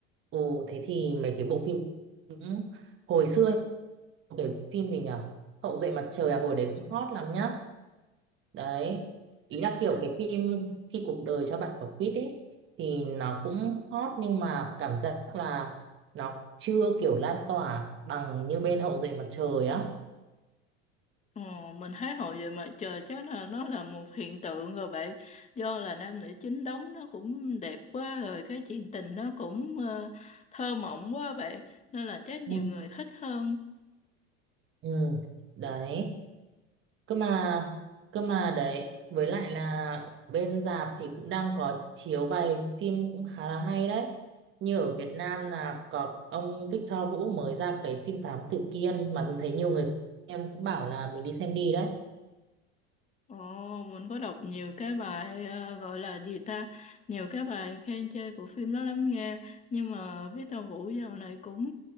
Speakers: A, on the right; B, on the left.
A: Ồ, thế thì mấy cái bộ phim cũng- hồi xưa cái phim gì nhở Hậu duệ mặt trời à hồi đấy cũng hot lắm nhá. Đấy. Ý là kiểu cái phim khi cuộc đời cho bạn quả quýt ấy thì nó cũng hot nhưng mà cảm giác là nó chưa kiểu lan tỏa bằng như bên Hậu duệ mặt trời á.
B: Ờ, mình thấy hồi về mà trời chắc là nó là một hiện tượng rồi bạn do là nam nữ chính đóng nó cũng đẹp quá rồi cái chuyện tình nó cũng ờ, thơ mộng quá bạn nên là chắc nhiều
A: Ừ.
B: người thích hơn
A: Ừ. Đấy. cơ mà cơ mà đấy với lại là ở bên rạp thì cũng đang có chiếu vài phim cũng khá là hay đấy như ở Việt Nam là có ông Victor Vũ mới ra cái phim Thám Tử Kiên mà thấy nhiều người em cũng bảo là mình đi xem đi đấy
B: Ồ, mình có đọc nhiều cái bài ờ, gọi là gì ta, nhiều cái bài khen chê của phim đó lắm nghe, nhưng mà biết Tàu Vũ dạo này cũng